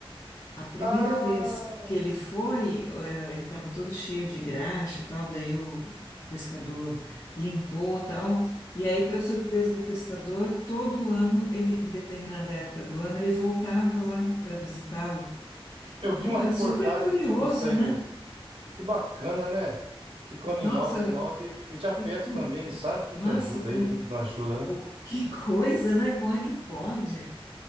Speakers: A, on the left; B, on the right.
A: A primeira
B: Ah,
A: vez que ele foi, eh, ele estava todo cheio de graxa, e tal, daí o pescador limpou, tal, e aí, para surpresa do pescador, todo ano, ele, em determinada época do ano, ele voltava lá para visitá-lo.
B: eu vi
A: Uma-
B: uma reportagem
A: Super curioso,
B: sobre isso aí
A: né?
B: mesmo. Que bacana, né? Que com o animal,
A: Nossa,
B: o animal, ele sente afeto
A: foi com...
B: também, ele sabe quem
A: Nossa,
B: que ajuda
A: com...
B: ele, quem que não ajuda,
A: Que, co-
B: né?
A: que <laughs> coisa, né? Como é que pode?